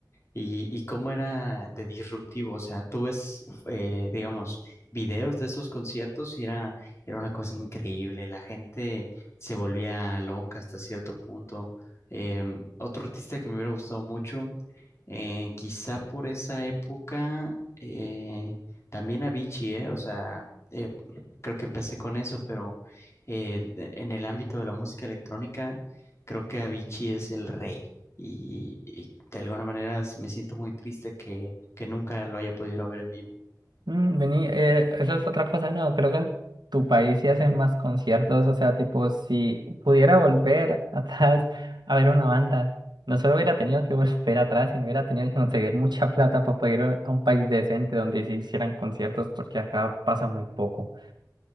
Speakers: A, on the left; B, on the right.
A: Y, y cómo era de disruptivo, o sea, tú ves, eh, digamos, videos de esos conciertos y era, era una cosa increíble, la gente se volvía loca hasta cierto punto. Em, otro artista que me hubiera gustado mucho, eh, quizá por esa época, eh, también Avicii, eh, o sea, eh, creo que empecé con eso, pero eh, de- en el ámbito de la música electrónica, creo que Avicii es el rey y, y de alguna manera s- me siento muy triste que, que nunca lo haya podido ver en vivo.
B: Mm, Vení, eh, eso es otra cosa, no, creo que en tu país sí hacen más conciertos, o sea, tipo, si pudiera volver <laughs> atrás a ver una banda, no solo hubiera tenido que volver atrás, sino hubiera tenido que conseguir mucha <laughs> plata para poder ir a un país decente donde se hicieran conciertos, porque acá pasa muy poco.